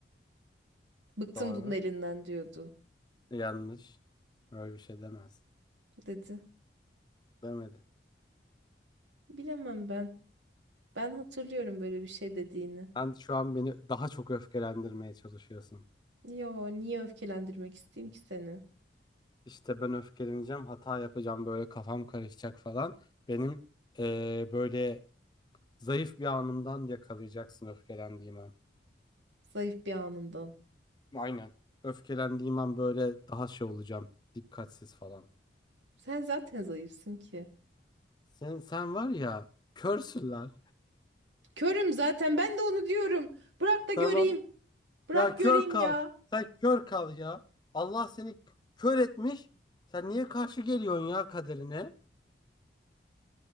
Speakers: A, on the right; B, on the left.
A: Bıktım
B: Doğru.
A: bunun elinden diyordu
B: Yanlış. Öyle bir şey demez.
A: dedi.
B: Demedi.
A: Bilemem ben. Ben hatırlıyorum böyle bir şey dediğini.
B: Sen şu an beni daha çok öfkelendirmeye çalışıyorsun.
A: Yo niye öfkelendirmek isteyeyim ki seni?
B: İşte ben öfkeleneceğim, hata yapacağım, böyle kafam karışacak falan. Benim eee, böyle zayıf bir anımdan yakalayacaksın öfkelendiğim an.
A: Zayıf bir anından.
B: Aynen. Öfkelendiğim an böyle daha şey olacağım, dikkatsiz falan.
A: Sen zaten zayıfsın ki.
B: Sen sen var ya, körsün lan.
A: Körüm zaten ben de onu diyorum. Bırak da göreyim.
B: Tamam.
A: Bırak
B: Ya kör
A: göreyim
B: kal.
A: ya.
B: Sen kör kal ya. Allah seni kör etmiş. Sen niye karşı geliyorsun ya kaderine?